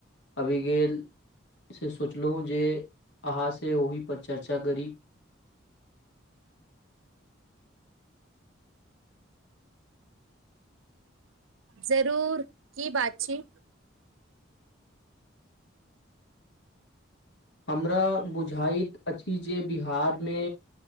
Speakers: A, on the left; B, on the right.
A: आबि गेल से, सोचलहुँ जे, अहाँ से से ओहि पर चर्चा करी।
B: जरूर की बात छी?
A: हमरा बुझाइत अछि जे, बिहारमे